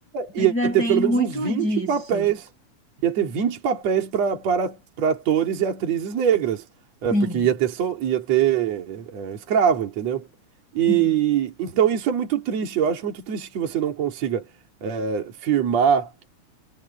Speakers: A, on the right (about 65°); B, on the left (about 30°).
A: ia
B: Ainda
A: ter
B: tem
A: pelo menos
B: muito
A: uns 20
B: disso.
A: papéis, ia ter 20 papéis para para atores e atrizes negras, é,
B: Sim,
A: porque ia ter sol, ia ter é, escravo, entendeu? E
B: sim.
A: então isso é muito triste. Eu acho muito triste que você não consiga é, firmar